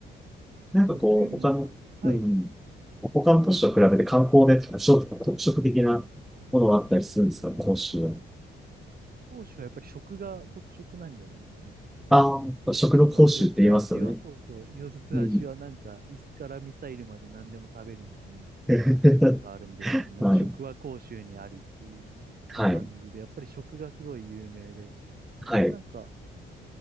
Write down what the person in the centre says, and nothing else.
なんかこう、
他の、
うん。他の都市と比べて観光でとか食特色的なものがあったりするんですか、講習は。
ああ、
食の講習って言いますよね。
うん。<laughs>
はい。はい。
はい。